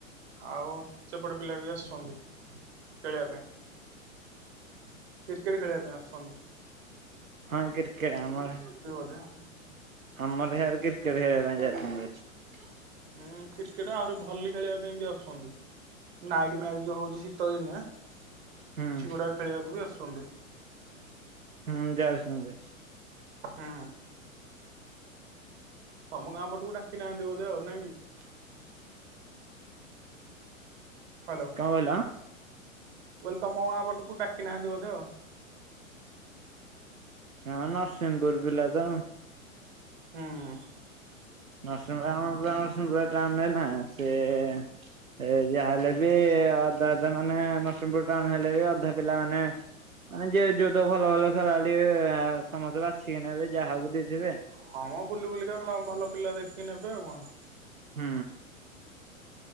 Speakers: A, on the right (about 50°); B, on the right (about 75°).
A: ଆଉ ସେପଟ ପିଲା ବି ଆସୁଛନ୍ତି ଖେଳିବା ପାଇଁ। କ୍ରିକେଟ ଖେଳିବା ପାଇଁ ଆସୁ ସନ୍ତୁ
B: ହଁ କ୍ରିକେଟ ଆମର
A: <unintelligible>
B: ଆମର ହେଆରେ କ୍ରିକେଟ ଖେଳିବା ପାଇଁ <unintelligible>
A: ହୁଁ କ୍ରିକେଟ ଆହୁରି ଭଲି ଖେଳିବା ପାଇଁ ବି ଆସୁଛନ୍ତି। ନାଇଟ ମ୍ୟାଚ ଯୋଉ ହଉ ଚି ଶୀତ ଦିନେ କିଛି
B: ହୁଁ
A: ଗୁଡାକ ଖେଳିବାକୁ ବି ଆସୁ ଚନ୍ତି।
B: ହୁଁ ଯାାଉଛି <unintelligible>
A: ହୁଁ। ତମ ଗାଁ ପଟକୁ ଡାକି ନାହାନ୍ତି ବୋଧେ ଆଉ ନାଇଁ କି? ହ୍ୟାଲୋ
B: କା ବୋଇଲା
A: ମୁଁ କଇଲି ତମ ଗାଁ ପଟକୁ ଡାକି ନାହାନ୍ତି ବୋଧେ ଆଉ।
B: ହଁ ନରସିଂହପୁର ପିଲା ତ।
A: ହୁଁ।
B: ନରସିଂହପୁର ଆମ <unintelligible> ସେ ଏ ଏ ଯାହା ହେଲେ
A: ହୁଁ
B: ବି ଅଧା ଯେ ମାନେ ନରସିଂହପୁର ଟାଉନ୍ ହେଲେ ବି ଅଧା ପିଲାମାନେ ମାନେ ଯେ ଯୋଉ ତ ଭଲ ଭଲ ଖେଳାଳି ସମସ୍ତେ ବାଛିକି ନେବେ ଯାହାକୁ ଦେଇଦେବେ।
A: ହଁ ମ ବୁଲି ବୁଲିକା ଭଲ ପିଲା ଦେ କି ନେବେ ଆଉ କଣ?
B: ହୁଁ।